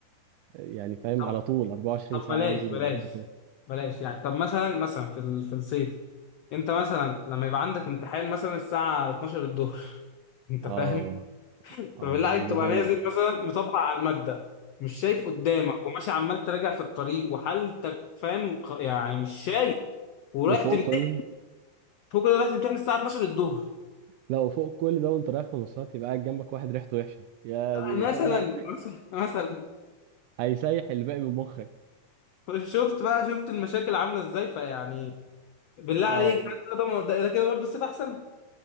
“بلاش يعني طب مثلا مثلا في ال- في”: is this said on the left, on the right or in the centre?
Left